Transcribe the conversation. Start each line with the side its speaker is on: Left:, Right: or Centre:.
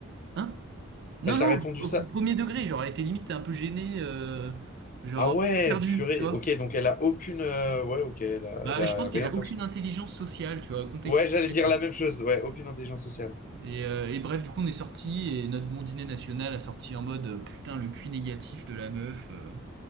Right: hein? Non,
Left: Elle
Right: non,
Left: t'a répondu ça?
Right: pr- premier degré, genre, elle était limite un peu gênée, euh, genre,
Left: Ah ouais,
Right: perdue,
Left: purée.
Right: tu vois.
Left: Ok, donc elle a aucune. euh, Ouais, ok, elle a,
Right: Bah,
Left: elle a
Right: je pense
Left: rien
Right: qu'elle a
Left: perçu.
Right: aucune intelligence sociale, tu vois, contextuelle.
Left: Ouais, j'allais dire la même chose. Ouais, aucune intelligence sociale.
Right: Et, euh, et bref, du coup, on est sorti et notre bon dîner national a sorti en mode euh, putain, le cul négatif de la meuf. euh.